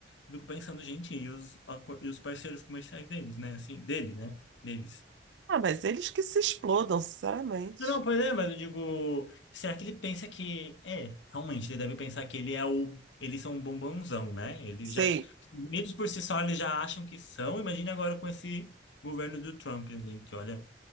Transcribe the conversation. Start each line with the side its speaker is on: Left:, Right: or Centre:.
Left: eu fico pensando, gente, e os, acor- e os parceiros comerciais deles, né? Assim, dele, né? Deles.
Right: Ah, mas eles que se explodam, sinceramente.
Left: Não, não, pois é, mas eu digo, será que ele pensa que, é, realmente, ele deve pensar que ele é o, eles são um bombonzão, né? Eles
Right: Sei.
Left: já, bonitos por si só, eles já acham que são, Imagina agora com esse governo do Trump ali, que olha,